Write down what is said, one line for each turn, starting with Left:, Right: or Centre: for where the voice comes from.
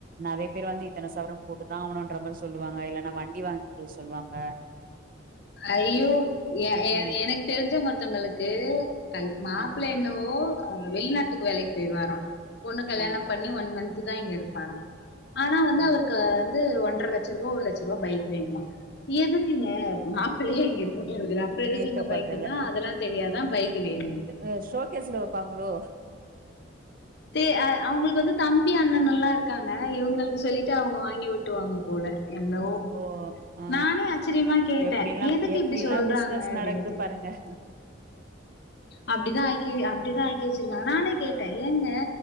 Right: நெறைய பேர் வந்து இத்தன சவரன் போட்டுதா ஆவணுன்ற மாரி சொல்லுவாங்க இல்லன்னா வண்டி வாய்ங் குடுக் சொல்வாங்க
Left: ஐயோ ஏ என
Right: ம்
Left: எனக் தெரிஞ்சவ்ங்க ஒருத்தவங்களுக்கு கல் மாப்ள
Right: ம்
Left: என்னவோ அ வெளிநாட்டுக்கு வேலைக்கு பேய்ருவாரா பொண்ணு கல்யாணம்
Right: ம்
Left: பண்ணி ஒன் மந்த்துதா இங்க இருப்பாரா ஆனா வந்து அவருக்கு
Right: ம்
Left: வந்து ஒன்ற லட்சருபா ஒரு லட்சுர்வா பைக் வேண்மா எதுக்குங்க மாப்பிளயே இங்க இருக்க போறதுல்ல அப்ப எதுக்கிங்க
Right: ஈர்க்கப்படுறதில்ல
Left: பைக்குனா அதெல்லா தெரியாதா பைக்கு வேணுன்
Right: அ ஷோகேஸ்ல வப்பாங்ளோ
Left: ட்டு அ அவுங்களுக்கு வந்து தம்பி அண்ணனல்லா இருக்காங்க இவுங்களுக்கு சொல்லிட்டு அவுங்க வாங்கி ஓ ட்டுவாங்க போல என்னவோ
Right: ஓ ஆ
Left: நானே ஆச்சரியமா கேட்டே
Right: எப்டில்லா
Left: எதுக்கு
Right: எப்டில்லா
Left: இப்பிடி சொல்றாங்க
Right: பிசினஸ்
Left: அப்டின்ட்டு
Right: <unintelligible>
Left: அப்பிடிதா ஆக்கி வெ அப்பிடிதா ஆக்கி வெச்சிருக்காங்க நானே கேட்டே ஏங்க